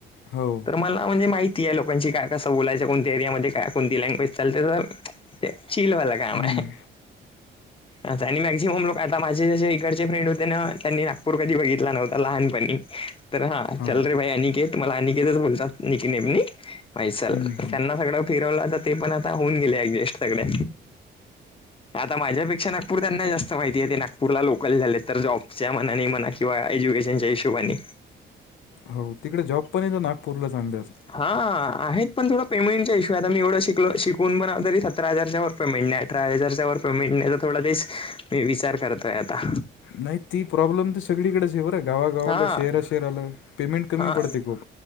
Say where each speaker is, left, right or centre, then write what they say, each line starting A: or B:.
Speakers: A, on the left (about 75°); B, on the left (about 25°).
A: हो
B: तर मला म्हणजे माहित ती या लोकांशी काय कस बोलायच, कोणत्या एरियामध्ये काय कोणती लँग्वेज चालते तर ते चिलवालं काम
A: हम्म,
B: हाय आस आणि मॅक्झिमम लोक आता माझे जे इकडचे फ्रेंड होते ना, त्यांनी नागपूर कधी बघितला नव्हता लहानपणी तर हा
A: हां
B: चल रे भाई अनिकेत, मला अनिकेतच बोलतात निकी नेमनी म्हैसल
A: हम्म,
B: त्यांना सगळं फिरवलं तर, ते पण आता होऊन गेले ऍडजस्ट सगळे आता माझ्यापेक्षा नागपूर त्यांना जास्त माहित. ते ते नागपूरला लोकल झाले, तर जॉबच्या मनाने म्हणा किंवा एज्युकेशनच्या हिशोबाने
A: होव तिकडे जॉब पण येत नागपूरला चांगलं असत्यात.
B: हा आहेत पण थोडं पेमेंटच्या इशू आहेत, आम्ही एवढं शिकलो शिकून पण तरी सतरा हजारच्या वर पेमेंट नाही अठरा हजारच्या वर पेमेंट नाही, थोडा तेच मी विचार करतोय आता.
A: नाही ती प्रॉब्लेम तर सगळीकडेच आहे बरं, गावागावाला,
B: हा
A: शहरा शहराला, पेमेंट कमी
B: हा
A: पडते खूप